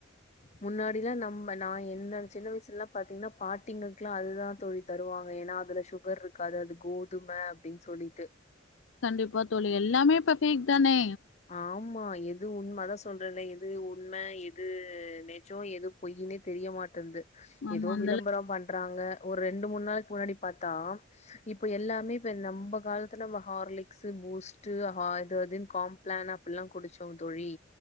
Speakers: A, on the left (about 35°); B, on the left (about 75°).
A: முன்னாடி நம்ம நா என்ன சின்ன வயசுலல்லா பாத்தீங்கன்னா பாட்டிங்களுக்கெல்லா அதுதா தோழி தருவாங்க ஏன்னா அதுல சுகர் இருக்காது அது கோதும அப்பிடின் சொல்லிட்டு
B: கண்டிப்பா தோழி எல்லாமே இப்ப பேக் தானே
A: ஆமா. எது உண்ம அதா சொல்றலே எது இது உண்ம எது து நெஜோ எது பொய்னே தெரியமாட்டன்து
B: ஆமா
A: எதோ
B: அந்தள
A: விளம்பரோ பண்றாங்க ஒரு ரெண்டு மூணு நாளுக்கு முன்னாடி பாத்தா இப்ப எல்லாமே இப்ப நம்ப காலத்துல ஹார்லிக்ஸ் பூஸ்டு ஆ இது அதுனு காம்பிளான் அப்பில்லா குடிச்சோ தோழி